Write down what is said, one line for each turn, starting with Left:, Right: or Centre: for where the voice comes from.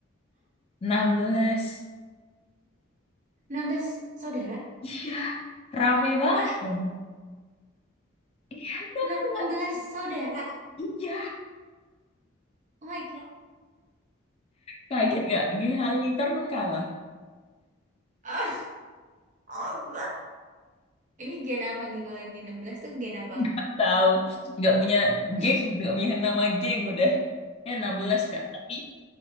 Left: enam belas
Right: enam belas saudara?
Left: Iya, rame banget
Right: Hah?
Left: kan? Iya, enam
Right: enam
Left: belas
Right: belas saudara?
Left: Iya,
Right: Oh my God.
Left: kaget gak? Geng Halilintar pun kalah.
Right: Ah, oh God. Ini gen apa nih kalau ini 16 tuh gen apa?
Left: Gak tahu. Gak punya
Right: <laughs>
Left: geng, gak punya nama geng udah. Ya 16 kak. Tapi